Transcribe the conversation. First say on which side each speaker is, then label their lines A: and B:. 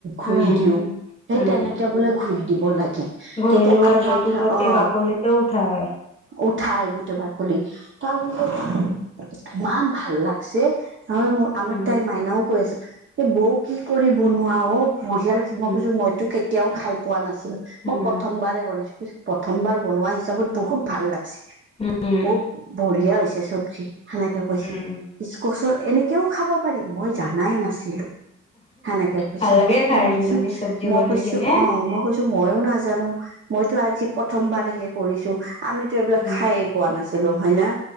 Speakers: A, on the right; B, on the left.
A: ঘূৰি
B: উম
A: দিও সেই
B: উম
A: তেনেকে বোলে ঘূৰি দিব লাগে।
B: বহি
A: তেতিয়া
B: দিব
A: আঠা
B: লাগে এইটো
A: আঠা
B: গোটেই
A: অ
B: বাকলিটো উঠাই।
A: উঠাই গোটেই পাকলি তাৰপিছত ইমান ভাল লাগছে। আৰু মোৰ আমাৰ
B: উম,
A: তাই মাইনাও কৈ আছিল এ বৌ কি কৰি বনোৱা অওব বঢ়িয়া লাগিছে
B: উম,
A: মই কৈছো মইতো কেতিয়াও খাই পোৱা নাছিলো
B: উম,
A: মই প্ৰথমবাৰে বনাইছো প্ৰথমবাৰ বনোৱা হিচাপত বহুত ভাল লাগছি।
B: উম,
A: বহুত বঢ়িয়া হৈছে চবজি সনেকে কৈছে
B: উম।
A: ইচকচৰ এনেকেও খাব পাৰি মই জানাই নাছিলো। সেনেকে কৈছ
B: ভাল লাগে খাই
A: মই ভাবিছোঁ
B: নিৰামিষ চব্জি
A: মই
B: বনাই
A: কৰিছো
B: কিনে।
A: অ মই কৈছ- মইও নাজানো মইতো আজি প্ৰথমবাৰহে কৰিছো আমিতো এইবিলাক
B: উম,
A: খাই পোৱা নাছিলো হয় না।